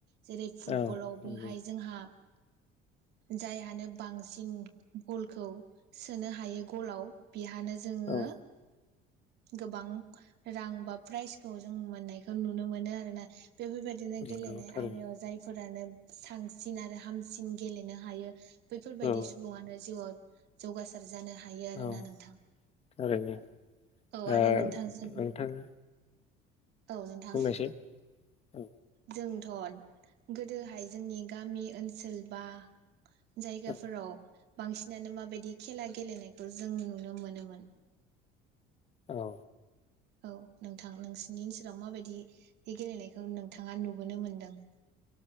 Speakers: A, on the right; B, on the left.
A: जेरै फुटबलावबोहाय
B: औ नंगौ
A: जोंहा जायहानो बांसिन गलखौ सोनो हा हायो गलाव बिहानो जोङो
B: औ
A: गोबां रां बा प्राइज खौ जों मोननायखौ नुनो मोनो आरो। ना बेफोरबायदिनो
B: नंगौ
A: गेलेनाय
B: थारैनो
A: आयदायाव जायफोरानो सांसिन आरो हाम बांसिन गेलेनो हायो बैफोरबायदि
B: औ
A: सुबुंङानो जिउआव। जौगासा जानो हायो आरोना
B: औ
A: नोंथां,
B: थारैनो
A: औ आरो
B: ओ
A: नोंथांजों
B: नोंथाङा
A: औ नोंथां
B: बुंनायसाय औ
A: जोंथ' गोदोहाय जोंनि गामि ओनसोल बा जायगाफोराव
B: औ
A: बांसिनानो माबायदि खेला गेलेनाय खौ जों नुनो मोनोमोन
B: औ
A: औ नोंथां। नोंसिनि ओनसोलाव माबायदि बे गेलेनायखौ नोंथाङा नुबोनो मोनदों